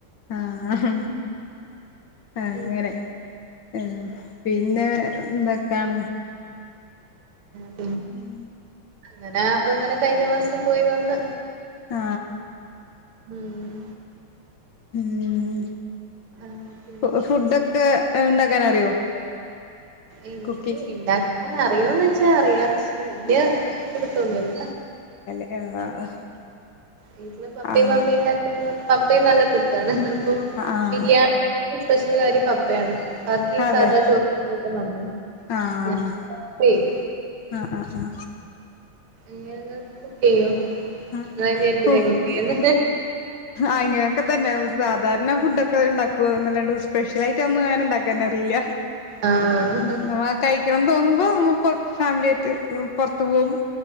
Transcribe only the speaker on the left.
ഹ അങ്ങനെ
ആ പിന്നെ എന്താ കാണ
ഉം
ആ
ഉം
ഫ ഫുഡൊക്കെ ഉണ്ടാക്കാൻ അറിയോ
കുക്കിംഗ്
ആഹ്
ആ
ആഹ്
അതെ
ആഹ്
ആഹ് ആഹ്
ആ
കുക്ക്
അങ്ങനെയൊക്കെ തന്നെ സാധാരണ ധാരണ ഫുടൊക്കെ ഉണ്ടാക്കുക അല്ലാ സ്പെഷ്യലയിട്ട് ഒന്നും അങ്ങനെണ്ടാക്കാന അറിയില്ല
നമ്മ കഴിക്കണം തോന്നുന്നു ഫാമിലിയായിട്ട് പൊർത്ത്പോവും